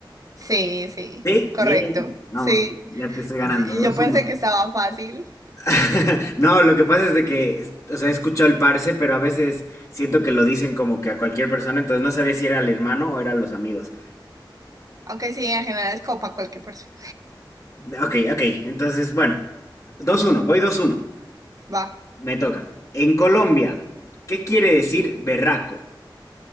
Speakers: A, on the right; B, on the left.
A: Sí, sí,
B: ¿Sí?
A: correcto.
B: Bien. Vamos,
A: Sí.
B: ya te estoy ganando.
A: Y
B: Dos
A: yo pensé
B: uno.
A: que estaba fácil,
B: <laughs> No, lo que pasa es de que, es- o sea, he escuchado el parce, pero a veces siento que lo dicen como que a cualquier persona, entonces no sabía si era al hermano o eran los amigos.
A: aunque sí, en general es copa cualquier persona.
B: Ok, ok, entonces, bueno, dos uno. voy dos uno.
A: Va,
B: Me toca. En Colombia, ¿qué quiere decir berraco?